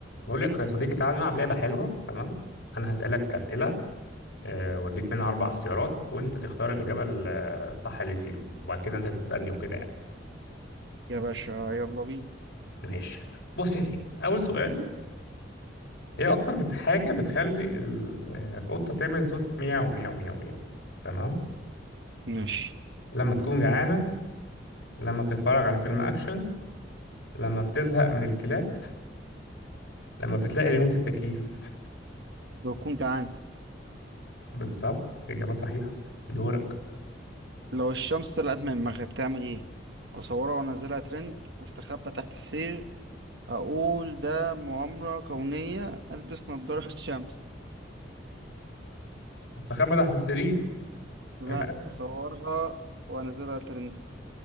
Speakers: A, on the left; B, on the right.
A: بقول لك يا صديقي تعال نلعب لعبة حلوة تمام أنا هسألك أسئلة آه، وأديك منها أربع اختيارات وأنت تختار الإجابة الصح اللي فيهم وبعد كده أنت تسألني وكده يعني
B: يا باشا يلا بينا
A: ماشي بص يا سيدي أول سؤال إيه أكتر بت- حاجة بتخلي ال- آه، القطة تعمل صوت مياو مياو مياو مياو تمام
B: ماشي
A: لما تكون جعانة لما بتتفرج على فيلم أكشن لما بتزهق من الكلاب لما بتلاقي ريموت التكييف <laughs>
B: بكون جعان
A: بالظبط إجابة صحيحة دورك
B: لو الشمس طلعت من المغرب تعمل ايه اصورها وانزلها ترند استخبى تحت السرير اقول ده مؤامرة كونية البس نظارة <laughs> شمس
A: تخبى تحت السرير
B: لا
A: إيه بقى؟
B: اصورها وانزلها ترند